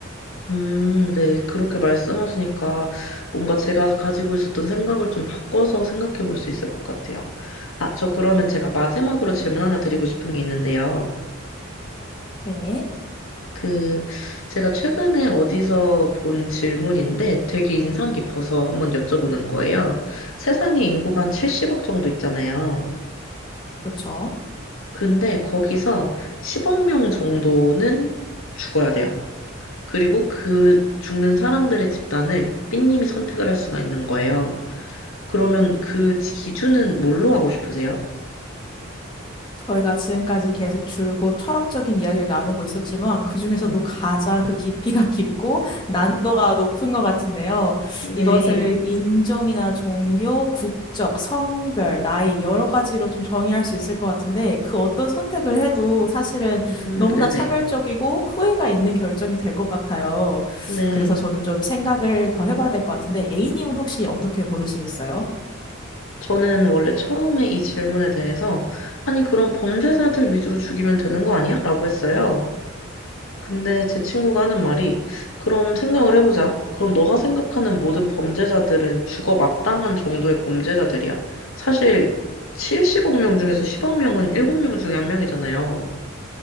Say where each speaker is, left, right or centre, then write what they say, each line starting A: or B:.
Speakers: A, on the left; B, on the left.
A: 음, 네. 그렇게 말씀하시니까 뭔가 제가 가지고 있었던 생각을 좀 바꿔서 생각해 볼 수 있을 것 같아요. 아, 저 그러면 제가 마지막으로 질문 하나 드리고 싶은 게 있는데요.
B: 네,
A: 그, 제가 최근에 어디서 본 질문인데 되게 인상 깊어서 한번 여쭤보는 거예요. 세상에 인구가 한 70억 정도 있잖아요.
B: 그렇죠.
A: 근데 거기서 10억 명 정도는 죽어야 돼요. 그리고 그 죽는 사람들의 집단을 삐님이 선택을 할 수가 있는 거예요. 그러면 그 기준은 뭘로 하고 싶으세요?
B: 저희가 지금까지 계속 줄곧 철학적인 이야기를 나누고 있었지만 그중에서도
A: 네.
B: 가장 그 깊이가 <laughs> 깊고 난도가 높은 것 같은데요.
A: 네.
B: 이것을 인종이나 종교, 국적, 성별, 나이 여러 가지로 좀 정의할 수 있을 것 같은데 그 어떤 선택을 해도 사실은
A: 음,
B: 너무나
A: 네네.
B: 차별적이고 후회가 있는 결정이 될 것 같아요.
A: 네.
B: 그래서 저는 좀 생각을 더 해봐야 될 것 같은데, A님은 혹시 어떻게 고르시겠어요?
A: 저는 원래 처음에 이 질문에 대해서, 아니, 그럼 범죄자들 위주로 죽이면 되는 거 아니야? 라고 했어요. 근데 제 친구가 하는 말이, 그럼 생각을 해보자. 그럼 너가 생각하는 모든 범죄자들은 죽어 마땅한 정도의 범죄자들이야? 사실, 70억 명 중에서 10억 명은 7명 중에 한명이잖아요